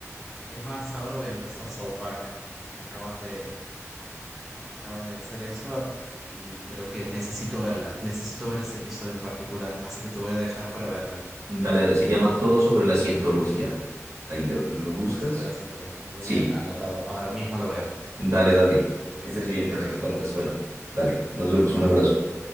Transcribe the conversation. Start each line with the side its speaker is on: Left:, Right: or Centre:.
Centre: Es más, ahora voy a empezar South Park. Me acabas de, me acabas de hacer eso y creo que necesito verla, necesito ver ese episodio en particular, así que te voy a dejar para verla.
Right: Dale, dale, se llama Todo sobre la cientología. Ahí lo, lo
Centre: Todo
Right: buscas.
Centre: sobre la cientología. Muy
Right: Sí,
Centre: bien, anotado. Ahora mismo lo veo.
Right: dale, dale.
Centre: Muy bien,
Right: Estés
Centre: Eric,
Right: bien,
Centre: te
Right: pues
Centre: dejo.
Right: me cuentas. Bueno, dale, nos vemos, un abrazo.